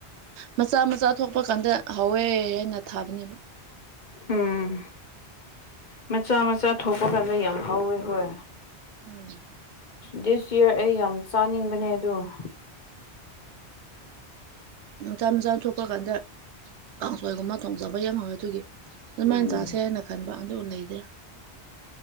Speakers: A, on the right; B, on the left.
A: ꯃꯆꯥ ꯃꯆꯥ ꯊꯣꯛꯄ ꯀꯥꯟꯗ ꯍꯥꯎꯋꯦ ꯑꯩꯅ ꯊꯥꯕꯅꯦꯕ ꯫
B: ꯎꯝ ꯃꯆꯥ ꯃꯆꯥ ꯊꯣꯛꯄ ꯀꯥꯟꯗ ꯌꯥꯝ ꯍꯧꯋꯦ ꯍꯣꯏ꯫
A: ꯎꯝ
B: ꯗꯤꯁ ꯌꯔ ꯑꯩ ꯌꯥꯝ ꯆꯥꯅꯤꯡꯕꯅꯦ ꯑꯗꯣ ꯫
A: ꯃꯆꯥ ꯃꯆꯥ ꯊꯣꯛꯄ ꯀꯥꯟꯗ ꯀꯥꯡꯁꯣꯏꯒꯨꯝꯕ ꯊꯣꯡꯖꯕ ꯌꯥꯝ ꯍꯥꯎꯋꯦ ꯗꯨꯒꯤ ꯫ ꯗꯨꯃꯥꯏꯟ
B: ꯎꯝ
A: ꯆꯥꯁꯦ ꯍꯥꯏꯅ ꯈꯟꯕ ꯑꯗꯨ ꯂꯩꯗꯦ꯫